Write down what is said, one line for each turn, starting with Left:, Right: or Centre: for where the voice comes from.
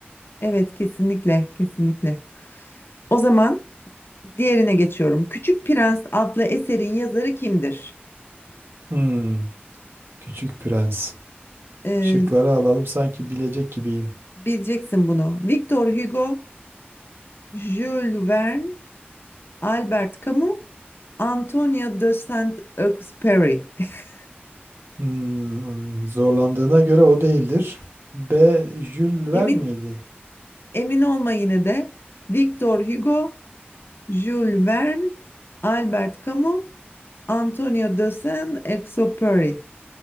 Left: evet kesinlikle, kesinlikle. O zaman diğerine geçiyorum. Küçük Prens adlı eserin yazarı kimdir?
Right: Hmm, Küçük Prens.
Left: Ee,
Right: Şıkları alalım sanki bilecek gibiyim.
Left: Bileceksin bunu. Victor Hugo, Jules Verne, Albert Camus, Antonio de Saint-Exupéry. <laughs>
Right: Hmm, zorlandığına göre o değildir. B. Jules
Left: Emin
Right: Verne miydi?
Left: emin olma yine de. Victor Hugo, Jules Verne, Albert Camus, Antonio de Saint-Exupéry.